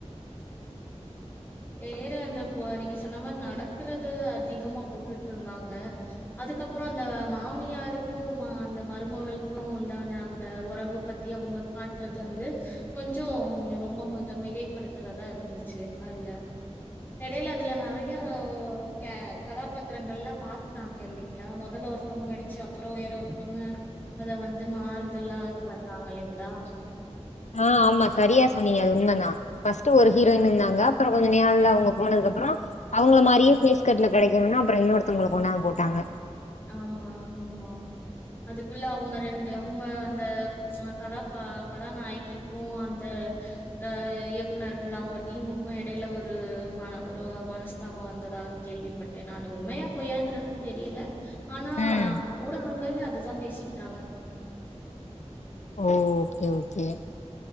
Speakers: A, on the left; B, on the left.
A: வேற அந்த பொ நீங்க சொன்ன மாரி நடக்கறது அதிகமா போட்டுட்டு இருந்தாங்க அதுக்கப்பறோ அந்த மாமியாருக்கு மா அந்த மருமகளுக்கு உண்டான அந்த ஒறவு பத்தி அவங்க காட்றது வந்து கொஞ்சோ ரொம்ப மிக மிகைப்படுத்துறதா இருந்துச்சு அதுல எடையில அதுல நறையா க கதாபாத்திரங்கள் எல்லா மாத்துனாங்க இல்லைங்ளா மொதல்ல ஒருத்தவங்க நடிச்சு அப்றோ வேற ஒருத்தவங்க அத வந்து மாறுதல்லா ஆகி வந்தாங்க இல்லைங்களா
B: ஆ ஆமா சரியா சொன்னீங்க அது உண்மைதா ஃபர்ஸ்ட் ஒரு ஹீரோயின் இருந்தாங்க அப்பறோ கொஞ்ச நாள்ல அவுங்க போனதுக்குப்பறோ அவுங்கள மாரியே ஃபேஸ்கட்ல கெடைக்குணுனு அப்பறோ இன்னொருத்தவங்கள கொண்டாந்து போட்டாங்க
A: ஆமா ஆமா அதுக்குள்ள அவுங்க ரெண்டு அவுங்க அந்த கதாபா கதாநாயகிக்கு அந்த அ இயக்குனர்கள் அவுங்க டீமுக்கு எடையில ஒரு மன ஒரு மனஸ்தாபம் வந்ததாக கேள்விப்பட்டே நானு உண்மையா பொய்யான்றது தெரியல ஆனா
B: ம்
A: ஊடகங்கள்ல அதுதா பேசிக்கிட்டாங்க
B: ஓ ஓகே ஓகே